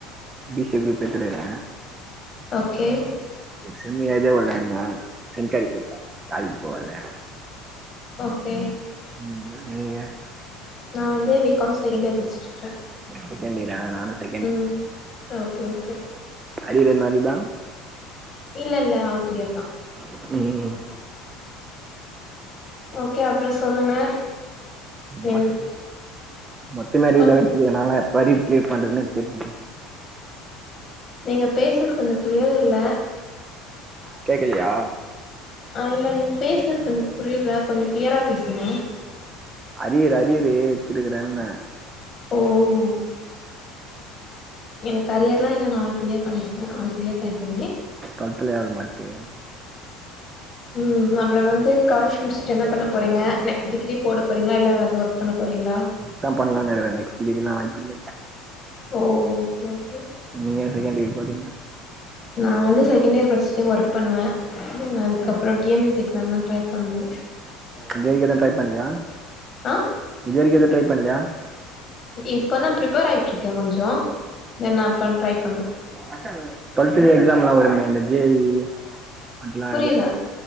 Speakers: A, on the right (about 20°); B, on the left (about 25°).
A: இப்படியே <unintelligible>
B: ஓகே
A: செம ய இத ஓ லயன்ன சென்காரி போட்டா காலிஜ் போகாதே
B: ஓகே
A: ம் நீங்க
B: நா வந்து பி காம் செகண்ட் இயர் படிச்சிட் இருக்றே
A: செகண்டியரா நானு செ
B: ம் ஓகே ஓகே
A: அரியர் எதுனா இருக்தா
B: இல்லல்ல ஆள் கிளியர் தா
A: <unintelligible>
B: ஓகே அப்றோ சொல்லுங்க
A: மத்
B: என்
A: மத்த மாரி
B: சொல்
A: இத வெச்ச நல்லா எப்பாடி கிளீர் பண்றதுனு தெரியல்லா
B: நீங்க பேசுறது கொஞ்ச கிளியர் இல்ல
A: கேக்கலையா
B: ஆ இல்ல நீங்க பேசுறது கொஞ்ச புரியல கொஞ்ச கிளியரா பேசுங்க
A: அரியரு அரியரு வெச்சிருக்கறேன்ன
B: ம் எனக் அரியர் எலா இல்ல நா ஆள் க்ளியர் பண்ணிருக்கே ஆள் க்ளியர் தா எப்போமே
A: டுவல்துல எவலோ மார்க்கு
B: ம் அப்றோ வந்து காலேஜ் முடிச்ட்டு என்ன பண்ண போறீங்க நெக்ஸ்ட் டிகிரி போட போறீங்களா இல்ல வந்து ஒர்க் பண்ண போறீங்ளா
A: இதா பண்லாம்ன்னிருகிறே நெக்ஸ்ட் டிகிரி எல்லா வாய்ப்பு இல்ல
B: ஓ ஓகே ஓகே
A: நீங்க அதுகான்டி இப்படின்னா
B: நான் வந்து செகண்ட் இயர் படிச்சுட்டு ஒர்க் பண்ணுவே வந்து அதுக்கப் அப்பறோ டிஎன்பிசி எக்ஸாம்லா ட்ரை பண்ணோ
A: இது வரிக்கு எதுவு ட்ரை பண்லியா
B: ஆ
A: இது வரிக்கு எதுவு ட்ரை பண்லியா
B: இப்பதா பிரிப்பேர் ஆயிட்ருக்கே கொஞ்சோ தென் அப்ப ட்ரை பண்ணு
A: ஆ டுவல்த்ல எக்ஸாம்ல்லா வருமே இந்த ஜேஐஇ அதெல்லா
B: புரியல